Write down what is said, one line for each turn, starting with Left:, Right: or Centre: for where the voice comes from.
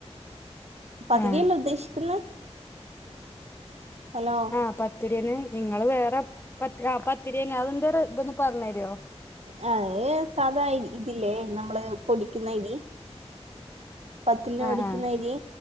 Right: പതിരിയല്ലേ
Left: ആഹ്
Right: ഉദ്ദേശിക്കുന്നെ ഹലോ
Left: ആഹ് പത്തിരിയന്നെ നിങ്ങള് വേറെ പത് ആ പത്തിരിയന്നെ അതിൻ്റൊരു ഇതൊന്ന് പറഞ്ഞരോ
Right: ആ ഏ സാധാ ഇതില്ലേ നമ്മള് പൊടിക്കുന്ന അരി പത്തിരിന്
Left: ആഹ്
Right: പൊടിക്കുന്ന
Left: ആഹ്
Right: അരി